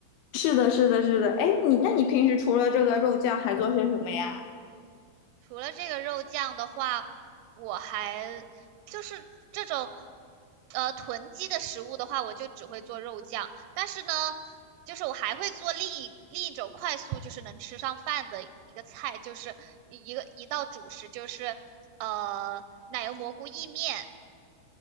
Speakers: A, on the left; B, on the right.
A: 是的，是的，是的。哎，你那你平时除了这个肉酱还做些什么呀？
B: 除了这个肉酱的话，我还就是这种呃囤积的食物的话，我就只会做肉酱。但是呢，就是我还会做另一另一种快速，就是能吃上饭的一个菜，就是一个一道主食，就是呃奶油蘑菇意面。